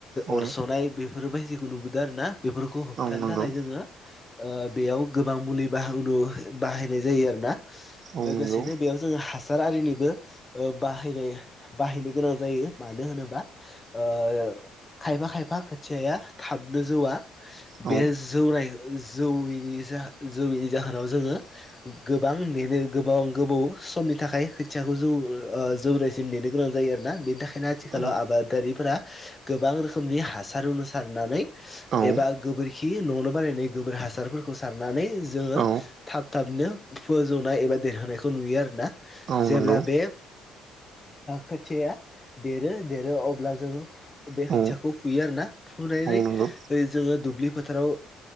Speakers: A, on the right; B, on the left.
A: औ
B: अरस'नाय बेफोरबायदिखौ नुबोदों आरोना बेफोरखौ
A: औ
B: होबथानो
A: नंगौ
B: थाखाय जोङो ओ बेयाव गोबां मुलि बाहु बाहायनाय जायो आरोना
A: औ नंगौ
B: लोगोसेनो
A: औ
B: बेयाव जोङो हासा हासार आरिनिबो बाहायनाय बाहायनो गोनां जायो मानो होनोबा ओ खायफा खायफा खोथियाया थाबनो जौआ
A: औ
B: बे जौनाय जौयैनि जौयैनि जाहोनाव जोङो गोबां नेनो गोबां गोबाव समनि थाखाय खोथियाखौ जौ जौनायसिम नेनो गोनां जायो आरोना बेनि थाखाय बेखायनो आथिखालाव
A: औ
B: आबादारिफोरा गोबां रोखोमनि हासार उनाव सारनानै
A: औ औ
B: एबा गोबोरखि खि न'वावनो बानायायनाय गोबोर हासारफोरखौ सारनानै जोङो
A: औ
B: थाब थाबनो फोजौनाय एबा देरहोनायखौ नुयो आरोना
A: औ
B: जेब्ला
A: नंगौ
B: बे खोथिया देरो देरो अब्ला जोङो बे
A: औ
B: खोथियाखौ फुयो आरोना फुनानै
A: औ नंगौ
B: ओ जोङो दुब्लि फोथाराव